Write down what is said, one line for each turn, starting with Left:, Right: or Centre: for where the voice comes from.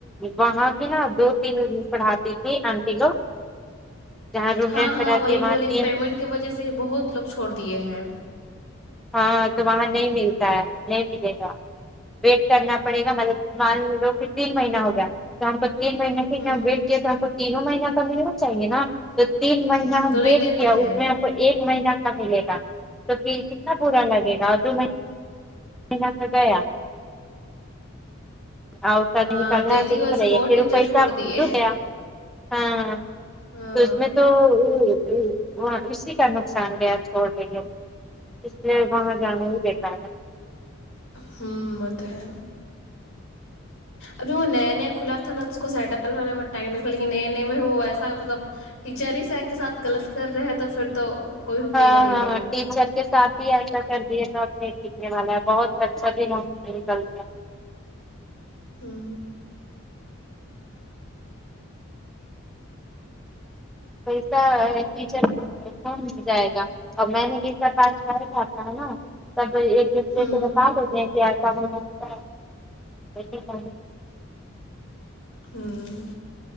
Centre: وہاں سے نا دو تین پڑھاتی تھی انٹی لوگ جہاں روم
Left: ہاں
Centre: رینٹ پر
Left: ہاں
Centre: رہتی
Left: وہی
Centre: ہے وہاں
Left: بولے
Centre: تین
Left: پیمنٹ کی وجہ سے ہی بہت لوگ چھوڑ دیے ہیں
Centre: ہاں تو وہاں نہیں ملتا ہے نہیں ملے گا ویٹ کرنا پڑے گا مطلب مان لو پھر تین مہینہ ہو گیا تو ہم کو تین مہینے کی
Left: ہوں
Centre: کہ ویٹ کیا تو ہم کو تینوں مہینہ کا ملنا چاہیے نا تو تین مہینہ ہم
Left: تو نہیں
Centre: ویٹ
Left: دیتے
Centre: کیا
Left: ہیں
Centre: اس میں ہم کو ایک مہینہ کا ملے گا کیوں کی کتنا برا لگے گا دو مہینہ تو گیا اور کد
Left: ہاں
Centre: نکلنا
Left: اسی
Centre: ہے تو
Left: کی وجہ
Centre: نکلے
Left: سے بہت ٹیچر
Centre: رو پیس
Left: چھوڑ
Centre: آپ
Left: دیے
Centre: ل لوں گیا <unintelligible> ہاں
Left: ہاں
Centre: تو اس میں تو او او وہ اسی کا نقصان گیا چھوڑ دیے اس لیے وہاں جانا ہی بےیکار ہے
Left: ہوں وہ تو ہے ابھی وہ نیا نیا کھلا تھا نا تو اس کو سیٹل ہونے میں ٹائم لگتا لیکن نئے نئے میں وہ ویسا مطلب ٹیچر ہی سر کے ساتھ غلط کر رہے ہیں تو پھر تو کوئی رکے
Centre: ہاں
Left: گا ہی
Centre: ہاں
Left: نہیں
Centre: ٹیچر کے ساتھ ہی ایسا کر دیا تھا اب نہی ٹکنے والا ہے بہت اچھا بھی ہوا نکل گیا
Left: ہوں
Centre: پیسا ٹیچر کو کون مل جائے گا ا میں نے کس کا پاس سر کھاتا ہے نا <unintelligible> سب ایک دوسرے
Left: ہوں
Centre: کو بتا دیتے ہیں کہ ایسا بنتا <unintelligible>
Left: ہمم